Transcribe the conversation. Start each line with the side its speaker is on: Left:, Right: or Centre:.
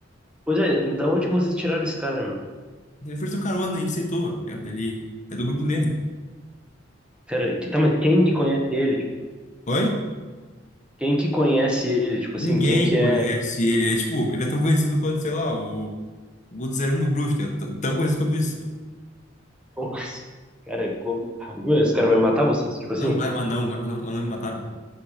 Centre: pois é, da onde que vocês tiraram esse cara, meu?
Left: Ele ofereceu carona, a gente aceitou. tá ligado? Ele é do grupo do Leme.
Centre: Cara, que- tá, mas quem que conhece ele?
Left: Oi?
Centre: Quem que conhece ele? Tipo
Left: Ninguém
Centre: assim, quem que
Left: conhece
Centre: é.
Left: ele. Ele é tipo, ele é tão conhecido quanto, sei lá, o o Guto 01 e o Bruxo. tá ligado? Tão tão conhecido quanto isso.
Centre: <laughs> Cara, como... Ah, meu, esse cara vai matar vocês? Tipo assim,
Left: Não, vai, o anão, vai, o anão, o anão me matar, meu.